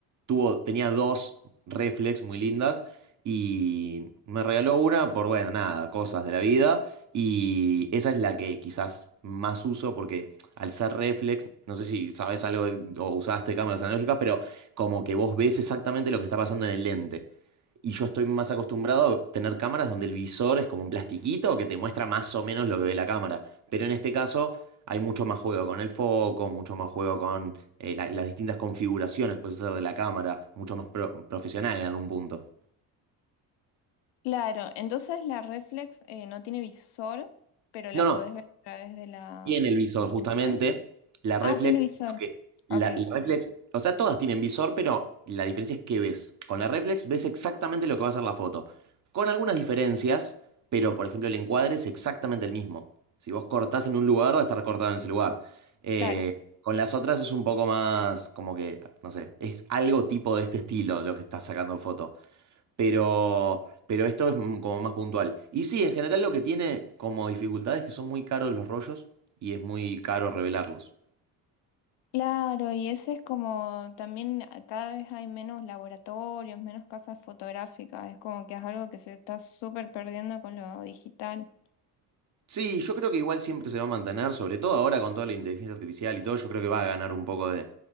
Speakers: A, on the right; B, on the left.
A: tuvo, tenía dos reflex muy lindas y me regaló una por, bueno, nada, cosas de la vida. Y esa es la que quizás más uso porque... Alzar reflex, no sé si sabes algo de- o usaste cámaras analógicas, pero como que vos ves exactamente lo que está pasando en el lente. Y yo estoy más acostumbrado a tener cámaras donde el visor es como un plastiquito que te muestra más o menos lo que ve la cámara. Pero en este caso hay mucho más juego con el foco, mucho más juego con eh, la- las distintas configuraciones que puedes hacer de la cámara, mucho más pro- profesional en algún punto.
B: Claro, entonces la reflex eh, no tiene visor, pero la
A: No, no,
B: podés ver a través de la...
A: tiene el visor,
B: del
A: justamente.
B: lente.
A: La reflex,
B: Ah, tiene visor.
A: lo que- la,
B: Ok.
A: la reflex, o sea, todas tienen visor, pero la diferencia es que ves. Con la reflex ves exactamente lo que va a ser la foto. Con algunas diferencias, pero por ejemplo, el encuadre es exactamente el mismo. Si vos cortás en un lugar, va a estar cortado en ese lugar. Eh,
B: Claro,
A: con las otras es un poco más como que, no sé, es algo tipo de este estilo lo que estás sacando en foto pero, pero esto es mm, como más puntual. Y sí, en general lo que tiene como dificultad es que son muy caros los rollos y es muy caro revelarlos.
B: claro, y ese es como también a- cada vez hay menos laboratorios, menos casas fotográficas, es como que es algo que se está súper perdiendo con lo digital.
A: Sí, yo creo que igual siempre se va a mantener, sobre todo ahora con toda la inteligencia artificial y todo, yo creo que va a ganar un poco de,